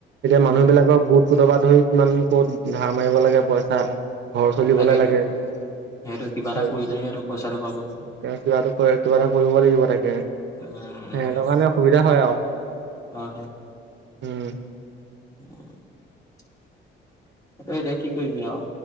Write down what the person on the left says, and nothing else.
উম
তাকেইতো
সেইটো কিবা এটা কৰিলেহে
সেইটো পইচাটো পাব
উম উম
হয় হয়।
<unintelligible> তাকে এতিয়া কি কৰিবি আৰু।